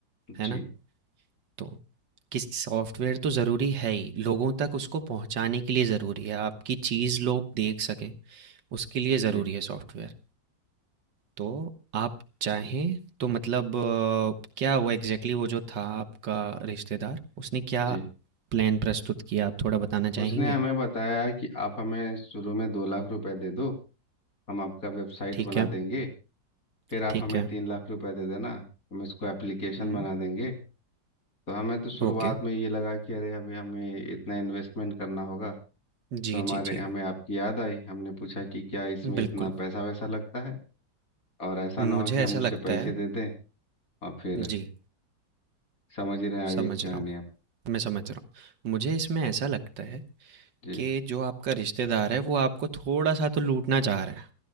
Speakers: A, on the right (about 70°); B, on the left (about 50°).
A: है
B: जी
A: ना तो किस सॉफ्टवेयर तो ज़रूरी है ही, लोगों तक उसको पहुँचाने के लिए ज़रूरी है, आपकी चीज़ लोग देख सकें, उसके लिए
B: जी
A: ज़रूरी है सॉफ्टवेयर। तो आप चाहें तो मतलब अ, क्या वो एग्ज़ैक्टली वो जो था आपका रिश्तेदार, उसने क्या
B: जी
A: प्लान प्रस्तुत किया? आप थोड़ा बताना
B: उसने
A: चाहेंगे?
B: हमें बताया कि आप हमें शुरू में दो लाख रुपए दे दो हम आपका वेबसाइट
A: ठीक
B: बना
A: है,
B: देंगे फिर आप
A: ठीक
B: हमें
A: है।
B: तीन लाख रुपए दे देना हम इसको एप्लीकेशन
A: हुँ,
B: बना देंगे तो हमें तो शुरुआत
A: ओके।
B: में ये लगा कि अरे अभी हमें इतना इन्वेस्टमेंट करना होगा
A: जी,
B: तो हमारे
A: जी, जी।
B: हमें आपकी याद आई हमने पूछा कि क्या इसमें इतना
A: बिल्कुल,
B: पैसा वैसा लगता है और ऐसा
A: मुझे
B: ना हो कि हम
A: ऐसा
B: उसे
A: लगता
B: पैसे
A: है
B: दे दें और फिर
A: जी,
B: समझ ही रहे हैं आगे
A: समझ
B: की कहानी
A: रहा हूँ,
B: आप
A: मैं समझ रहा हूँ। मुझे इसमें ऐसा लगता है
B: जी
A: कि जो आपका रिश्तेदार है वो आपको थोड़ा सा तो लूटना चाह रहा है